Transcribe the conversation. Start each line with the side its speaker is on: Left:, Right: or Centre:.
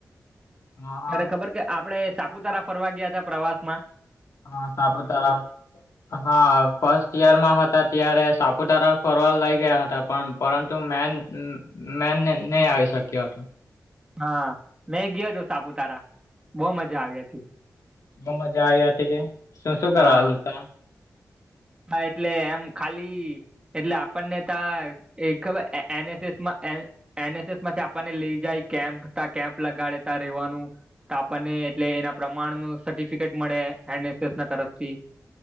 Left: હા
Right: અરે ખબર કે આપડે સાપુતારા ફરવા ગયા હતા પ્રવાસ મા
Left: હા સાપતાર હા ફર્સ્ટ ઈયરમાં હતા, ત્યારે સાપુતારા ફરવાડ લઇ ગયા હતા પણ પરંતુ મેન મે ન આવીઈ શક્યા હતો.
Right: હા મેં ગયો, હતો સાપુતારા બહ મજા આવી હતી.
Left: બ મજા આ કે તું શું કરલ
Right: હા
Left: ત
Right: હા એટલે એમ ખાલી એટલે આપણને ત એક ખબર એનએસએસમા એનએસએસ માંથી આપણને લઈ જાય કેમ્પ ત કેમ્પ લગાડે ત ર રહેવાનુ તો આપણને એટલે એના પ્રમાણ ન સર્ટિફિકેટ મળે એનએસએસ ના તરફથી